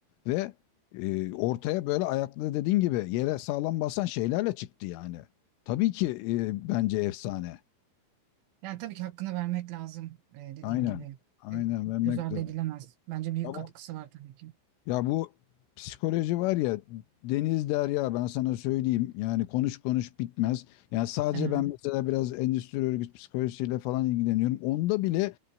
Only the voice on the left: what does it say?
ve e, ortaya böyle ayaklı dediğin gibi yere sağlam basan şeylerle çıktı yani. Tabii ki e, bence efsane.
Aynen.
Aynen
vermek
lazım.
Tamam
Ya bu psikoloji var ya deniz derya ben sana söyleyeyim yani konuş konuş bitmez. Yani sadece
ben mesela biraz endüstri örgüt psikolojisiyle falan ilgileniyorum. Onda bile